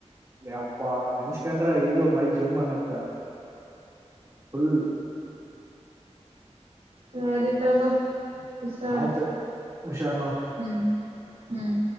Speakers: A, on the right; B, on the right.
A: ಅಪ್ಪಾ ನೆನ್ಸ್ಕೊಂಡ್ರ ಈಗೂ ಮೈದ ಜುಮ್ ಅನ್ನುತ್ತ ಫುಲ್
B: ಸಾರಿ ತಗೋ ಹುಷಾರ್
A: ಆಯ್ತ ಹುಷಾರ್ ನೋಡ್
B: ಹ್ಮ್ ಹ್ಮ್